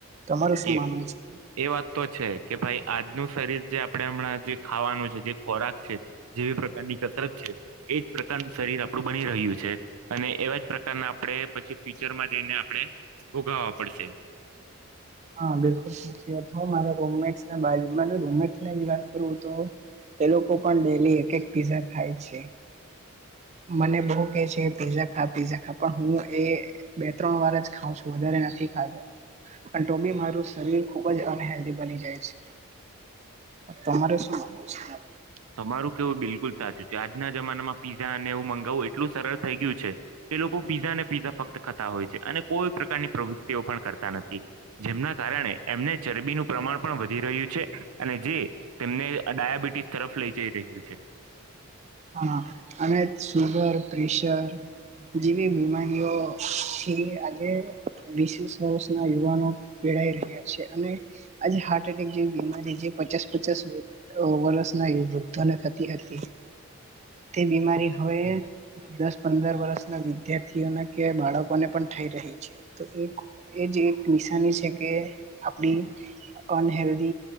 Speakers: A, on the right (about 30°); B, on the right (about 80°).
A: તમારું શું
B: એ
A: માનવું છે.
B: એ વાત તો છે, કે ભાઈ આજનું શરીર જે આપણેે હમણાં જે ખાવાનું છે જે ખોરાક છે. જેવી પ્રકારની કસરત છે, એજ પ્રકારનું શરીર આપણું બની રહ્યું છે. અને એવા જ પ્રકારના આપણે પછી ફ્યુચરમાં જઈને આપડણે ભોગાવા પડશે
A: હા બિલકુલ સાચી વાત મામેટ રમે વાત કરું તો એ લોકો પણ ડેલી એક એક પીઝા ખાય છે મને બ ખા પ હું એ બે ત્રણ વાર જ ખાઉં છું વધારે નથી ખાતો ટ બી મારું શરીર ખુબ જ અનહેલ્ધ બની જાય છે, તમારે શું માનવું છે?
B: તમારું કેવું બિલકુલ સાચું છે, આજના જમાનામાં પીઝા અને હું મંગાવું એટલું સરળ થઇ ગયું છે. એ લોકો પીઝા અને પીઝા ફક્ત ખતા હોય છે, અને કોઈ પ્રકારની પ્રવૃત્તિઓ પણ કરતા નથી જેમના કારણે એમને ચરબીનું પ્રમાણ પણ વધી રહ્યું છે, અને જે તેમને ડાયાબિટીસ તરફ લઇ જઈ રહ્યું છે.
A: હા અને સુુગર પ્રેશર જેવી બીમારીઓ છે, આજે વિીસેસ વર્ષના યુવાનો પેડાઈ રહ્યા છે, અને આજે હાર્ટ એટેક જેવી બીમારી જે પચાસ પચાસ વરસ ના વૃદ્ધો ને થતી હતી તે બીમારી હવે દસ પંદર વર્ષના વિદ્યાર્થી ના કે બાળકો ને પણ થઇ રહી છે. તો એક એજ એક નિશાની છે, કે આપડી અનહેલ્ધ